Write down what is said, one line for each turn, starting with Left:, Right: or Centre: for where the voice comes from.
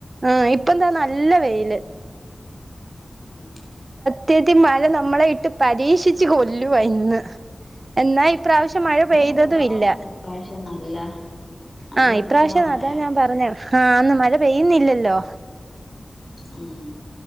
Right: ആ ഇപ്പതാ നല്ല വെയില്
Left: ഉം
Right: സത്യത്തി മഴ നമ്മളെ ഇട്ട് പരീക്ഷിച്ച് കൊല്ലും വിന്ന് എന്നാ ഇപ്രാവശ്യം മഴ പെയ്തതും
Left: കുറവാണല്ലോ
Right: ഇല്ല.
Left: ഇപ്രാവശ്യം നല്ല നല്ല
Right: ആ ഇപ്രാവശ്യം
Left: കുറവാണ്
Right: അതാ
Left: മഴ
Right: ഞാൻ പറഞ്ഞെ ആന്ന് മാ ഴ പെയ്യുന്നില്ല ല്ലൊ.
Left: മ്മ്മ്